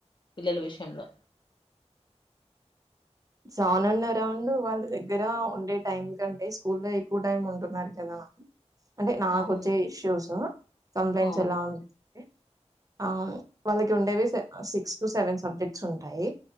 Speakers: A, on the left; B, on the right.
A: పిల్లల విషయంలో
B: ఉ చానుండ అరౌండ్ వాళ్ళ దగ్గర ఉండే టైం కంటే స్కూలో ఎక్కువ టైం ఉంటున్నారు కదా అంటే నాకుచ్చే
A: అవును
B: ఇష్యూస్ కంప్లైంట్స్
A: అవును
B: ఎలా ఉంటాయి ఆ వాళ్ళకి ఉండేవి సిక్స్ టు సెవెన్ సబ్జెక్ట్స్ ఉంటాయి